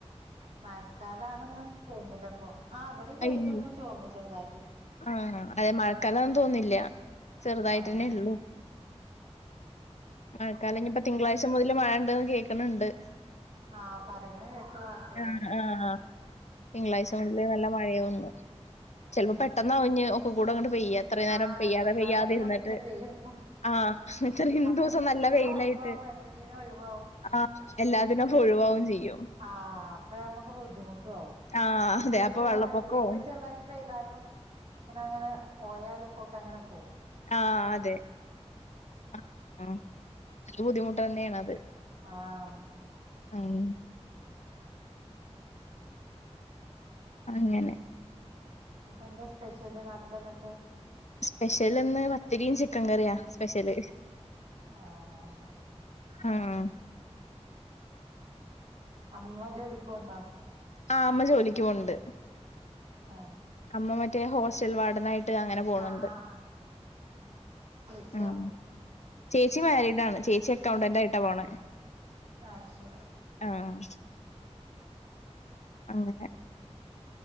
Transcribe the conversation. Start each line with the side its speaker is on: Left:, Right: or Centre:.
Right: മയക്കാലാണന്നും തോന്നൂലഇപ്പൊ ആഹ് അവിടെഇന്ന്
Left: അയ്യോ
Right: ഒന്ന് ചോർന്നു ചെറുതായിട്ട്.
Left: ആഹ് അതെ മഴക്കാലാന്നും തോന്നില്ല ചെറുതായിട്ട്ന്നെ
Right: ആഹ്
Left: ഇള്ളു. മഴക്കാലം ഇഞ്ഞി ഇപ്പൊ തിങ്കളാഴ്ച മുതൽ മഴ ഇണ്ട്ന്ന് കേൾക്ണ് ണ്ട്.
Right: ആഹ് പറയുന്ന കേട്ടു വാർത്തീലൊക്കെ.
Left: ആഹ് ആഹ് തിങ്കളാഴ്ച മുതില് ന്നല്ലെ മഴേ ഒന്ന് ചില്പ്പോ
Right: ഉം
Left: പെട്ട് പെട്ടെന്നാവും ഇഞ്ഞ് ഒക്കെ കൂടെ അങ്ങട്ട് പെയ്യ എത്ര നേരം
Right: ആഹ്
Left: പെയ്യാതെ
Right: എല്ലാംപാടെ
Left: പെയ്യാതെ
Right: ഇഞ്ഞ്
Left: ഇരിനിട്ട്.
Right: ഒന്നിച്ചട് പെയ്യും
Left: ആഹ് ഇത്രീ
Right: അപ്പൊ
Left: ദൂസം
Right: ഇഞ്ഞ്
Left: ന്നല്ലെ
Right: സ്കൂളിനും
Left: വെയിലായിട്ട്
Right: ഒഴിവാവും എല്ലാത്തിനും ഒഴിവാവും
Left: ആഹ് എല്ലാത്തിനും ഫൊഴിവാവും ചെയ്യും.
Right: ആഹ് അപ്പൊ ഞമ്മക്ക് ബുദ്ധിമുട്ടും ആവും
Left: ആ
Right: ഇപ്പ
Left: അതെ
Right: യിപ്പോ
Left: അപ്പൊ വെള്ളപ്പൊക്കവും
Right: ഇതീകുടെ ചെറുതായിട്ട് പെയ്താലും ഇങ്ങനെ, ഇങ്ങനെ പോയ ഒരു പോക്ക് അങ്ങനെപോവും.
Left: ആഹ് അതെ ആഹ് ന്നല്ലെ ബുദ്ധിമുട്ടെന്നെണ് അത്.
Right: ആഹ്
Left: ഉം അങ്ങനെ
Right: ഉം ന്നെട്ടെന്താ സ്പെഷ്യല് നാട്ടില് വന്നിട്ട്?
Left: സ്പെഷ്യൽ ഇന്ന് പത്തിരീം ചിക്കെൻ കറിയാ സ്പെഷ്യല്.
Right: ആഹ് മാഷാ
Left: ഉം
Right: അമ്മ ജോലിക്ക് പോവ്ണ്ടോ?
Left: ആഹ് അമ്മ ജോലിക്ക് പോവ്ണ്ട്.
Right: ഏഹ്
Left: അമ്മ മറ്റേ ഹോസ്റ്റൽ വാർഡനായിട്ട് അങ്ങനെ പോണ്
Right: ആഹ്
Left: ഇണ്ട്.
Right: ആഹ് ആഹ് ആഹ് ചേച്ചിയോ
Left: ഉം ചേച്ചി മാരിഡാണ് ചേച്ചി അക്കൗണ്ടന്റ് ആയിട്ടാ പോണേ
Right: ആഹ് ശരി
Left: ആഹ് അങ്ങനെ